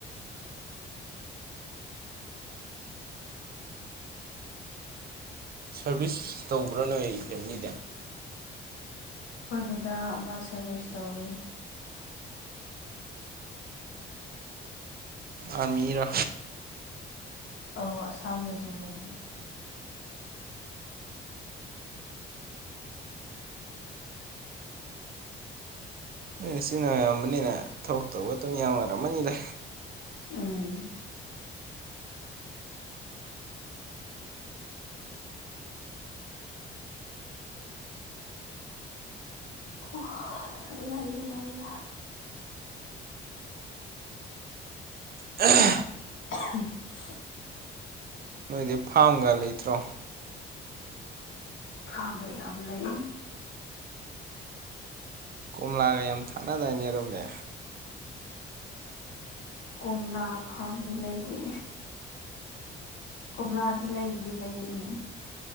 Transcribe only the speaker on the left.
ꯍꯣꯏꯗꯗꯥ ꯑꯃꯥ ꯁꯥ꯭ꯔꯕꯤꯁ ꯇꯧꯋꯦ
ꯑ ꯑꯁꯥꯝ ꯔ‌ꯦꯖꯤꯃ‌ꯦꯟ
ꯎꯝ ꯑꯣ ꯂꯥꯂꯥ ꯂꯥ
<unintelligible>
ꯐꯥꯝꯕ ꯌꯥꯝ ꯂꯩ
ꯀꯣꯝꯂ ꯐꯥꯝꯗꯤ ꯂꯩꯇꯦ ꯀꯣꯝꯂꯥꯗꯤ ꯂꯩꯕꯨꯗꯤ ꯂꯩ ꯎꯝ